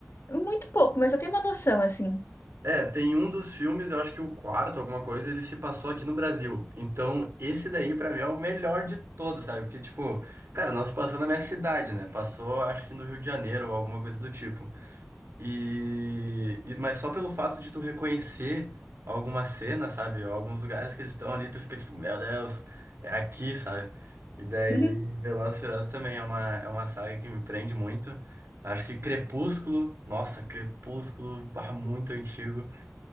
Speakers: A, on the left (about 75°); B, on the right (about 85°).
A: Muito pouco, mas eu tenho uma noção, assim.
B: É, tem um dos filmes, eu acho que o quarto, alguma coisa, ele se passou aqui no Brasil. Então, esse daí, pra mim, é o melhor de todos, sabe? Porque, tipo, cara, não se passou na minha cidade, né? Passou, acho que no Rio de Janeiro ou alguma coisa do tipo. E, e- mas só pelo fato de tu reconhecer alguma cena, sabe? Alguns lugares que eles estão ali, tu fica tipo, meu Deus, é aqui, sabe? E daí,
A: Uhum.
B: Velozes e Furiosos também é uma, é uma saga que me prende muito. Acho que Crepúsculo, nossa, Crepúsculo, bah, muito antigo